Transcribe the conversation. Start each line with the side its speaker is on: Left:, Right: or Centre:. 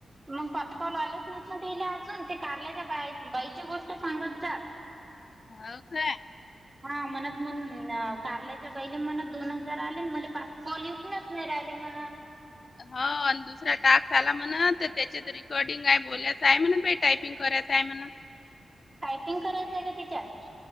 Right: मग पाच कॉल आलेच नाहीत ना तेला अजून. ते कारल्याच्या बा बाईची गोष्ट सांगत होत्या.
Left: हव का?
Right: हा म्हणत म कारल्याच्या बाईला म्हण दोन हजार आले. मले पाच कॉल ये उनच नाही राहिले म्हण.
Left: हा अंन दुसरा टास्क आला म्हण. त्याच्यात रेिकॉर्डिंग आहे, बोयचं आहे म्हण. टायपिंग करायच आहे म्हण.
Right: टायपिंग करायचंय का तिच्यात.